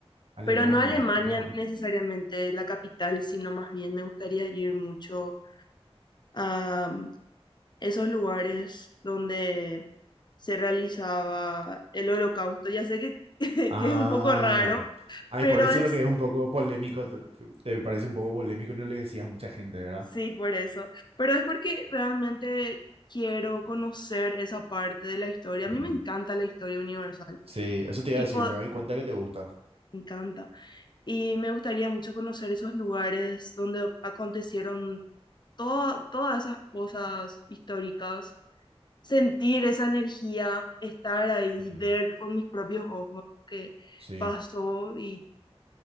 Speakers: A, on the right; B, on the left.
A: Alemania,
B: pero no Alemania
A: mira vos.
B: necesariamente la capital, sino más bien me gustaría ir mucho a mm, esos lugares donde se realizaba el holocausto. Ya sé que, <laughs>
A: Ah,
B: que es un poco raro,
A: ay,
B: pero
A: por eso
B: es,
A: es lo que es un poco polémico, te, te parece un poco polémico y no le decías a mucha gente, ¿verdad?
B: sí, por eso, pero es porque realmente quiero conocer esa parte de la historia. A
A: Mm,
B: mí me encanta la historia universal
A: Sí, eso te iba
B: y
A: a decir,
B: po-
A: me doy cuenta que te gusta.
B: me encanta. y me gustaría mucho conocer esos lugares donde acontecieron todo- todas esas cosas históricas, sentir esa energía, estar ahí,
A: Mm,
B: ver con mis propios ojos que
A: Sí.
B: pasó y